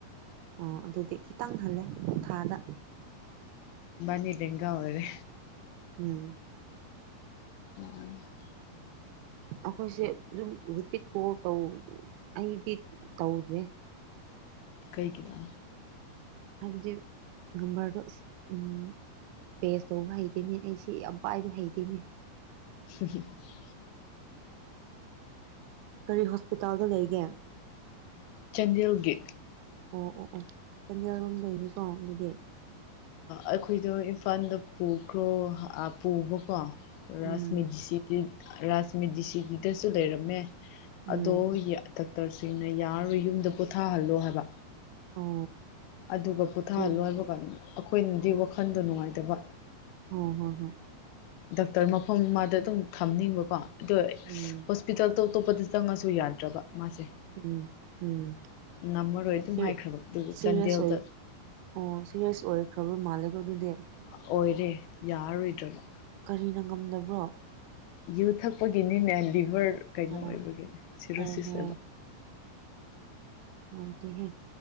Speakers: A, on the right; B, on the left.
A: ꯑꯣ ꯑꯣ ꯑꯗꯨꯗꯤ ꯈꯤꯇꯪ ꯍꯜꯂꯦ ꯊꯥꯗ
B: ꯅꯤꯗꯒꯥꯎ ꯑꯔꯦ
A: ꯎꯝ
B: <unintelligible>
A: <inaudible> ꯑꯩꯈꯣꯏꯁꯦ ꯑꯗꯨꯝ ꯔꯤꯄꯤꯠ ꯀꯣꯜ ꯇꯧ ꯑꯩꯗꯤ ꯇꯧꯗ꯭ꯔꯦ
B: ꯀꯩꯒꯤꯅꯣ
A: ꯍꯥꯏꯗꯤ ꯅꯝꯕꯗ ꯎꯝ ꯄꯦꯁ ꯇꯧꯕ ꯍꯩꯇꯅꯦ ꯑꯩꯁꯤ ꯌꯥꯝ ꯄꯥꯏꯕ ꯍꯩꯇꯦꯅꯦ
B: <inaudible>
A: ꯀꯔꯤ ꯍꯣꯁꯄꯤꯇꯥꯜꯗ ꯂꯩꯒꯦ
B: ꯆꯟꯗꯌꯦꯜꯒꯤ
A: ꯑꯣ ꯑꯣ ꯑꯣ ꯆꯥꯟꯗꯦꯜꯒꯨꯝꯗꯅꯤꯀꯣ ꯑꯗꯨꯗꯤ
B: ꯑꯩꯈꯣꯏꯗꯣ ꯏꯝꯐꯥꯜꯗ ꯄꯨꯈ꯭ꯔꯣ ꯄꯨꯕꯀꯣ ꯔꯥꯁꯃꯤ
A: ꯎꯝ
B: ꯖꯤꯁꯤꯒꯤ ꯔꯥꯁꯃꯤ ꯖꯤꯁꯤꯒꯤ ꯗꯦꯁꯨ ꯂꯩꯔꯝꯃꯦ
A: ꯎꯝ
B: ꯑꯗꯣ ꯗꯥꯛꯇꯔꯁꯤꯡꯅ ꯌꯥꯔꯣꯏ ꯌꯨꯝꯗ ꯄꯣꯊꯥꯍꯜꯂꯣ ꯍꯥꯏꯕ
A: ꯑꯣ
B: ꯑꯗꯨꯒ ꯄꯣꯊꯥꯍꯜꯂꯣ
A: ꯁꯤ
B: ꯍꯥꯏꯕ ꯀꯥꯟꯅꯤꯅ ꯑꯩꯈꯣꯏꯅꯗꯤ ꯋꯥꯈꯜꯗꯣ ꯅꯨꯡꯉꯥꯏꯇꯕ
A: ꯍꯣ ꯍꯣ ꯍꯣꯏ
B: ꯗꯣꯛꯇꯔ ꯃꯐꯝ ꯑꯃꯗ ꯑꯗꯨꯝ ꯊꯝꯅꯤꯡꯕꯀꯣ ꯑꯗꯣ
A: ꯎꯝ
B: ꯍꯣꯁꯄꯤꯇꯥꯜꯇꯣꯞ ꯑꯇꯣꯞꯄꯗ ꯆꯪꯉꯁꯨ ꯌꯥꯗ꯭ꯔꯕ ꯃꯥꯁꯦ
A: ꯎꯝ ꯎꯝ
B: ꯉꯝꯃꯔꯣꯏ ꯑꯗꯨꯝ
A: ꯁꯤ
B: ꯍꯥꯏꯈ꯭ꯔꯕ ꯑꯗꯨꯒ
A: ꯁꯤꯔꯤꯌꯁ
B: ꯆꯥꯟꯗꯦꯜꯗ
A: ꯑꯣꯏꯕ ꯑꯣ ꯁꯤꯦꯔꯤꯌꯥꯁ ꯑꯣꯏꯔꯈ꯭ꯔꯕꯣꯏ ꯃꯥꯜꯂꯦꯀꯣ ꯑꯗꯨꯗꯤ
B: ꯑꯣꯏꯔꯦ ꯌꯥꯔꯔꯣꯏꯗ꯭ꯔꯕ
A: ꯀꯔꯤꯅ ꯉꯝꯗꯕ꯭ꯔꯣ
B: ꯌꯨ ꯊꯛꯄꯒꯤꯅꯤꯅꯦ ꯂꯤꯚꯔ ꯀꯩꯅꯣ
A: ꯑꯣ
B: ꯑꯣꯏꯕꯒꯤꯅꯦ ꯁꯤꯔꯣꯁꯤꯁ
A: ꯑꯣ ꯍꯣ
B: ꯑꯣꯏꯕ
A: ꯅꯨꯡꯉꯥꯏꯇꯦꯍꯦ